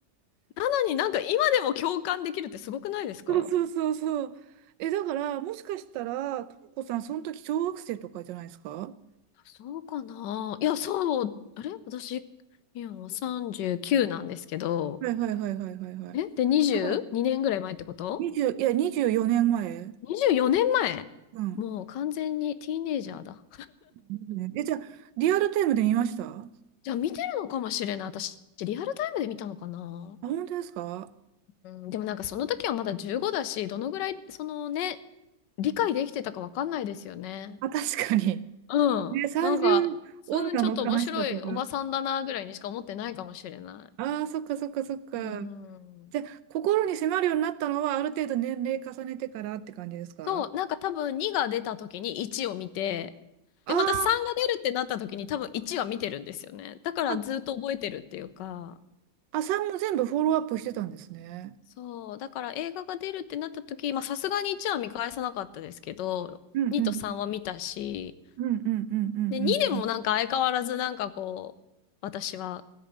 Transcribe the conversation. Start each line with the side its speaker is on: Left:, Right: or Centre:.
Left: なのになんか今でも共感できるってすごくないですか
Right: そうそうそうそう。え、だから、もしかしたら、ともこさん、その時小学生とかじゃないですか
Left: そうかないや、そう、あれ私、今39なんですけど、
Right: はいはいはいはいはいはい。
Left: えで、22年ぐらい前ってこと
Right: あ、じゃあ、20、いや、24年前。
Left: ?24 年前もう完全にティーネイジャーだ。
Right: うん。ねえ、じゃあ、リアルタイムで見ましたあ、
Left: じゃあ見てるのかもしれない。私、リアルタイムで見たのかな
Right: 本当ですか
Left: うん、でもなんかその時はまだ15だし、どのぐらい、そのね、理解できてたかわかんないですよね。
Right: あ、確かに。
Left: うん。
Right: <laughs> ね、30女の悲しさとか。
Left: なんか、うん、ちょっと面白いおばさんだなぐらいにしか思ってないかもしれない。
Right: ああ、そっかそっかそっか。
Left: うん。
Right: じゃあ、心に迫るようになったのは、ある程度年齢重ねてからって感じですか
Left: そう、なんか多分2が出た時に1を見て、
Right: あー
Left: で、また3が出るってなった時に多分1は見てるんですよね。だからずっと覚えてるっていうか、
Right: あ、あ、さんも全部フォローアップしてたんですね。
Left: そう、だから映画が出るってなった時、まあさすがに1は見返さなかったですけど、
Right: うんうん。
Left: 2と3は見たし、
Right: うんうんうんうんうん
Left: で、2でもなんか相変わらずなんかこう、私は、